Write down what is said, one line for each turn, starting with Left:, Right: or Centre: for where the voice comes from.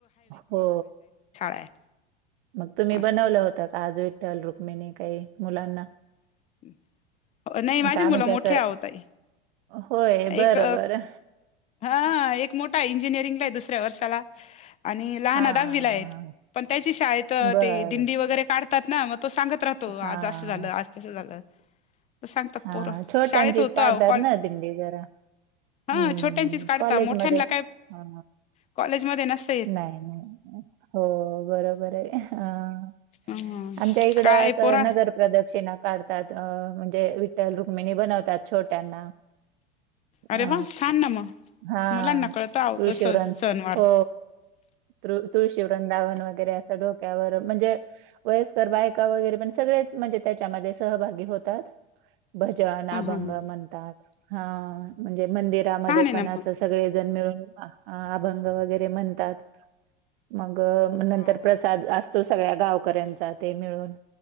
Right: हो...
Left: आहे
Right: मग तुम्हीं
Left: असं
Right: बनवलं होतं? आज विठ्ठल -रुक्मिणी काही मुलांना.
Left: <inaudible> नाही माझे
Right: का
Left: मुलं
Right: म्हणजे
Left: मोठे
Right: असं
Left: आहे अहो ताई
Right: होय. बरं,
Left: एक
Right: बरं.
Left: हा एक मोठा इंजिनिअरिंगला आहे दुसऱ्या वर्षाला. आणि लहाना
Right: हां,
Left: दहावीला आहेत,
Right: हां.
Left: पण त्याची शाळेत
Right: बरं.
Left: ते दिंडी वगैरे काढ काढतात ना मग तो सांगत राहतो, आज
Right: हां.
Left: असं झालं, आज तसं झालं. सांगतात
Right: हा
Left: पोरं
Right: छोट्यांचीच
Left: शाळेत होतं
Right: काढतात
Left: आवो कॉलेज
Right: ना दिंडी जरा
Left: हां..
Right: हम्म
Left: छोटयाचीच काढता
Right: कॉलेजमध्ये
Left: मोठ्यांना काय
Right: हा
Left: कॉलेजमध्ये नस
Right: नाही, नाही. हो बरोबर आहे अ
Left: हम्म
Right: आमच्या इकडं
Left: काय
Right: असं
Left: पोरा
Right: नगर प्रदक्षिणा काढतात म्हणजे अं विठ्ठल- रुक्मिणी बनवतात छोट्यांना.
Left: अरे
Right: अ
Left: वा छान ना मग
Right: हा
Left: मुलांना कळत आहो
Right: तुळशी
Left: तस
Right: वृंन
Left: सणवार
Right: हो... त तुळशी वृंदावन वगैरे असं डोक्यावर म्हणजे वयस्कर बायका वगैरे पण सगळेच म्हणजे त्याच्यामध्ये सहभागी होतात. भजन अभंग
Left: ह ह
Right: म्हणतात, हं, म्हणजे मंदिरामध्ये
Left: छान आहे
Right: पण
Left: ना
Right: असच
Left: मग
Right: सगळेजण मिळून अभंग वगैरे म्हणतात, मग अ नंतर
Left: वा वा
Right: प्रसाद असतो, सगळ्या गावकऱ्यांचा ते मिळून.